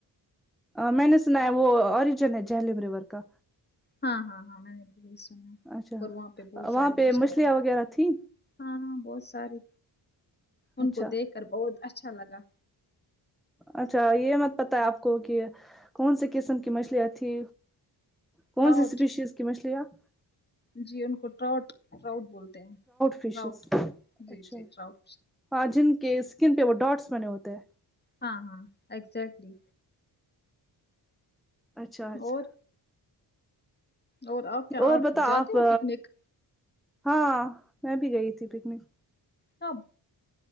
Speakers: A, in the centre; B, on the left.
A: میں نے سنا ہے وہ اوریجن ہے جیلیب ریور کا
B: ہاں ہاں ہاں میں نے وہی سنا
A: اچھا
B: اور وہاں پہ بہت
A: وہاں
B: سارے
A: پہ
B: مسلیے
A: مچھلیاں
B: ہیں
A: وغیرہ تھیں
B: ہاں ہاں بہت ساری ان
A: اچھا
B: کو دیکھ کر بہت اچھا لگا
A: اچھا یہ مت پت ہے آپ کو کہ کون سی قسم کی مچھلیاں تھی کون
B: ٹراؤٹ
A: سی اسپیشیز کی مچھلیا آپ
B: جی ان کو ٹراؤٹ ٹراؤٹ بولتے ہیں
A: فشز
B: ٹراؤٹ
A: اچھا
B: جی جی ٹراؤٹ
A: ہاں جن کے اسکن پہ وہ ڈاٹس بنے ہوتے ہیں
B: ہاں ہاں ایکگزٹلی
A: اچھا اچھا
B: اور اور آپ کیا
A: اور بتا
B: جاتے
A: آپ
B: ہو پکنک
A: ہاں میں بھی گئی تھی پکنک
B: کب